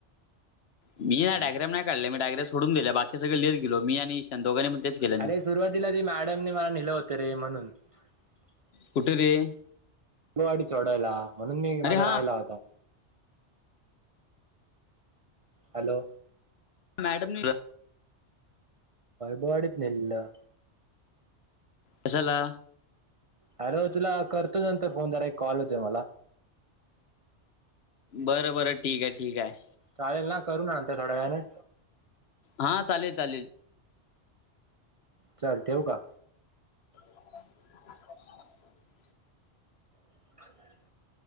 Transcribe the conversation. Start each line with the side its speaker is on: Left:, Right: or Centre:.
Left: मी
Right: हम्म
Left: नाही डायग्राम नाय काढले मी डायग्राम सोडून दिल्या बाकी सगळे लिहित गेलो मी आणि ईशान दोघानींपण तेच केलं.
Right: अरे सुरुवातीला ती मॅडमने मला नेलं होतं रे म्हणून. <unintelligible>
Left: कुठे रे
Right: चढायला म्हणून मी माझा
Left: अरे हा
Right: राहिला होता. हॅलो.
Left: मॅडमनी.
Right: बॉडीत नेलेलं.
Left: कशाला?
Right: हॅलो तुला करतो नंतर फोन जरा एक कॉल येतोय मला.
Left: बरं बरं ठीक आहे ठीक आहे.
Right: चालेल ना करू नंतर थोड्या वेळाने?
Left: हा चालेल चालेल.
Right: चल ठेऊ का?
Left: <unintelligible>
Right: ह <unintelligible>